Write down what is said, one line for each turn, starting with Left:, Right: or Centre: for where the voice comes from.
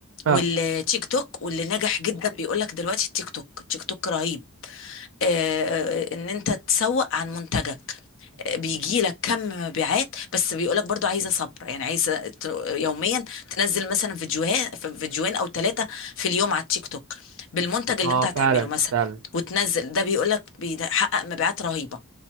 Right: اه
Left: والتيك توك واللي نجح جدا بيقول لك دلوقتي التيك توك التيك توك رهيب آه، ان انت تسوق عن منتجك آه، بيجي لك كم مبيعات بس بيقولك برضو عايزه صبر يعني عايزه ت- يوميا تنزل مثلا فيديوهات فيديوهين او ثلاثه في اليوم على التيك توك بالمنتج اللي
Right: اه
Left: انت هتعمله
Right: فعلا
Left: مثلا
Right: فعلا
Left: وتنزل ده بيقولك بيحقق مبيعات رهيبه